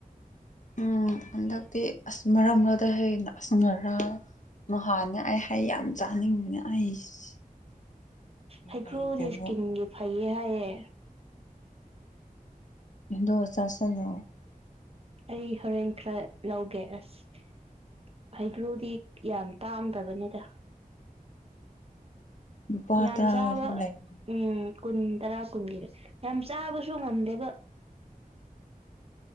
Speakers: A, on the left; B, on the right.
A: ꯎꯝ ꯍꯟꯗꯛꯇꯤ ꯑꯁ ꯃꯔꯛ ꯃꯔꯛꯇ ꯍꯩꯅ ꯑꯁ ꯉꯔꯥꯡ ꯅꯍꯥꯟꯅ ꯑꯩ ꯍꯩ ꯌꯥꯝ ꯆꯥꯅꯤꯡꯕꯅꯦ ꯑꯩꯁ
B: ꯍꯩꯀ꯭ꯔꯨꯗꯤ
A: ꯂꯩꯇꯕ
B: ꯏꯁꯀꯤꯟꯒꯤ ꯐꯩꯌꯦ ꯍꯥꯏꯌꯦ
A: <unintelligible>
B: ꯑꯩ ꯍꯣꯔꯦꯟ ꯈꯔ ꯂꯧꯒꯦ ꯑꯁ ꯍꯩꯒ꯭ꯔꯨꯗꯤ ꯌꯥꯝ ꯇꯥꯡꯗꯕꯅꯦꯗ
A: <inaudible> ꯂꯨꯄꯥ
B: ꯌꯥꯝ
A: ꯇꯔꯥꯁꯨ
B: ꯆꯥꯕ
A: ꯂꯩꯕꯅꯦ
B: ꯎꯝ ꯀꯨꯟ ꯇꯔꯥ ꯀꯨꯟꯒꯤ ꯌꯥꯝ ꯆꯥꯕꯁꯨ ꯉꯝꯗꯦꯕ